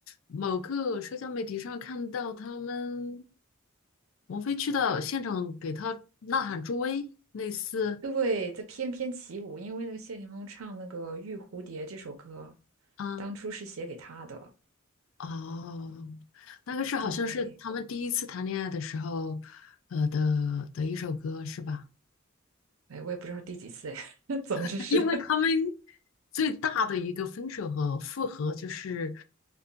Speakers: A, on the left (about 70°); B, on the right (about 85°).
A: 某个社交媒体上看到他们王菲去到现场给他呐喊助威，类似
B: 对，在翩翩起舞。因为那个谢霆锋唱那个《玉蝴蝶》这首歌，
A: 啊，
B: 当初是写给他的。
A: 哦，那个是好像是他们第一次谈恋爱的时候，
B: 对，
A: 呃的的一首歌是吧？
B: 哎，我也不知道第几次，哎，<laughs> 总之是，
A: <laughs> 因为他们最大的一个分手和复合就是